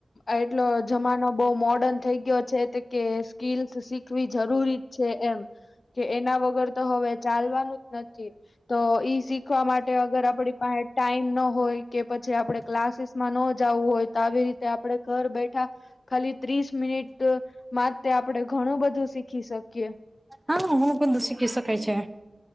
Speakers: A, on the left (about 75°); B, in the centre.
A: એટલો જમાનો બહુ મોડર્ન થઈ ગયો છે તે કે સ્કીલસ શીખવી જરૂરી છે એમ. કે એના વગર તો હવે ચાલવાનું જ નથી, તો ઈ શીખવા માટ ટે અગર આપડી પાહે ટાઈમ ન હોય કે, પછી આપણે ક્લાસીસ માં ન જવું હોય, તો આવી રીતે આપડે ઘર બેઠા ખાલી ત્રીસ મિનિટ તો માટે આપણેે ઘણું બધું શીખી શકીએ.
B: હા હુ પન બધુ શીખી શકાય છે,